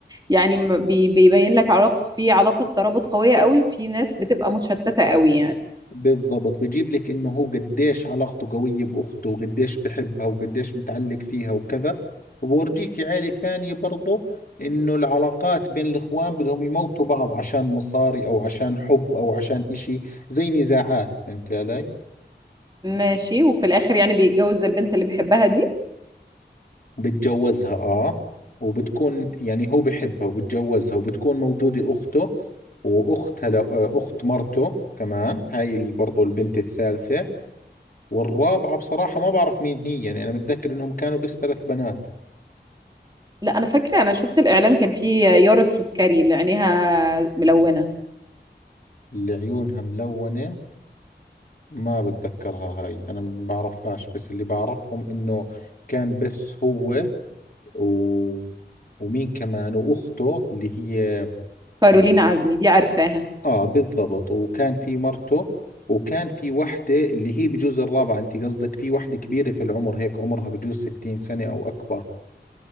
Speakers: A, on the right; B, on the left.
A: يعني م- بي- بيبين لك علاقة في علاقة ترابط قوية قوي في ناس بتبقى متشتتة قوي يعني
B: بالضبط بيجيب لك انه هو قديش علاقته قوية باخته وقديش بحبها وقديش متعلق فيها وكذا وبورجيك عيلة ثانية برضه انه العلاقات بين الاخوان بدهم يموتوا بعض عشان مصاري او عشان حب او عشان اشي زي نزاعات فهمت علي
A: ماشي وفي الاخر يعني بيتجوز البنت اللي بيحبها دي
B: بتجوزها اه وبتكون يعني هو بحبها وبتجوزها وبتكون موجودة اخته واختها لو- اخت مرته كمان هاي برضه البنت الثالثة والرابعة بصراحة ما بعرف مين هي يعني أنا متذكر إنهم كانوا بس ثلاث بنات
A: لا انا فاكرة انا شفت الاعلان كان فيه يارا السكري اللي عينيها ملونة
B: اللي عيونها ملونة ما بتذكرها هاي أنا ما بعرفهاش بس اللي بعرفهم إنه كان بس هو و... ومين كمان وأخته اللي هي
A: كارولين
B: أت-
A: عزمي دي عارفاها
B: آه بالضبط وكان في مرته وكان في وحدة اللي هي بجوز الرابعة أنت قصدك في وحدة كبيرة في العمر هيك عمرها بجوز 60 سنة أو أكبر